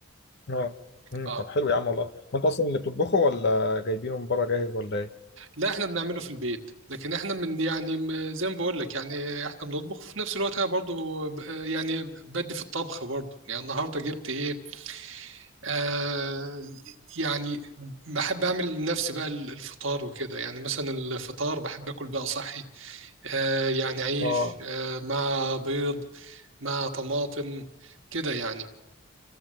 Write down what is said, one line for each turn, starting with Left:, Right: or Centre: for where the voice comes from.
Left: اه امم
Right: آه.
Left: طب حلو يا عم والله ما انت اصلا اللي بتطبخه ولا جايبينه من بره جاهز ولا ايه
Right: لا احنا بنعمله في البيت لكن احنا من يعني م- زي ما بقول لك يعني احنا بنطبخ في نفس الوقت انا برضو ب- يعني بدي في الطبخ برضو يعني النهارده جبت ايه آه يعني بحب اعمل لنفسي بقى ال- الفطار وكده يعني مثلا الفطار بحب اكل بقى صحي آه يعني عيش
Left: اه
Right: آه مع بيض مع طماطم كده يعني